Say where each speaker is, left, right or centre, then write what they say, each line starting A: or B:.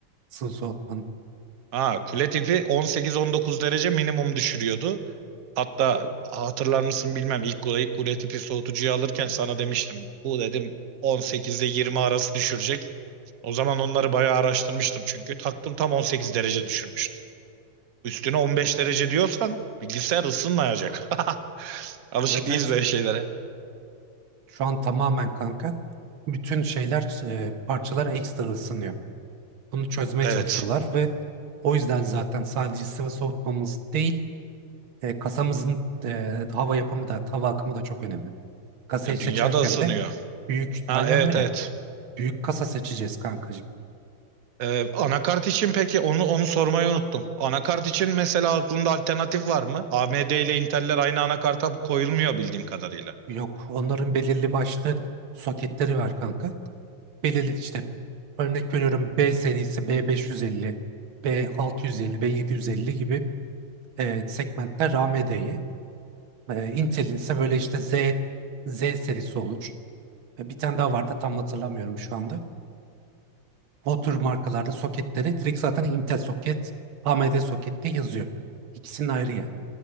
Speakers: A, on the right; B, on the right.
A: sıvı soğutmanın.
B: Ha, kule tipi 18-19 derece minimum düşürüyordu. Hatta hatırlar mısın bilmem ilk kule, ilk kule tipi soğutucuyu alırken sana demiştim. Bu dedim 18 ile 20 arası düşürecek. O zaman onları bayağı araştırmıştım çünkü. Taktım tam 18 derece düşürmüştü. Üstüne 15 derece diyorsan bilgisayar ısınmayacak. <laughs> Alışık
A: Evet
B: değiliz
A: evet.
B: böyle şeylere.
A: Şu an tamamen kanka bütün şeyler e, parçalar ekstra ısınıyor. Bunu çözmeye
B: Evet.
A: çalışıyorlar ve o yüzden zaten sadece sıvı soğutmamız değil e, kasamızın e, hava yapımı da hava akımı da çok önemli. Kasayı
B: Ya
A: seçerken
B: dünya da ısınıyor.
A: de büyük
B: Ha
A: aynen
B: evet
A: öyle.
B: evet.
A: Büyük kasa seçeceğiz kankacığım.
B: Ee, anakart için peki onu onu sormayı unuttum. Anakart için mesela aklında alternatif var mı? AMD ile Intel'ler aynı anakarta koyulmuyor bildiğim kadarıyla.
A: Yok onların belirli başlı soketleri var kanka. belirli işte örnek veriyorum B serisi B550, B650, B750 gibi e, segmentler AMD'ye. E, Intel'in ise böyle işte Z Z serisi olur. E, bir tane daha vardı tam hatırlamıyorum şu anda. O tür markalarda soketleri, direkt zaten Intel soket, AMD soket diye yazıyor. İkisinin ayrı yani.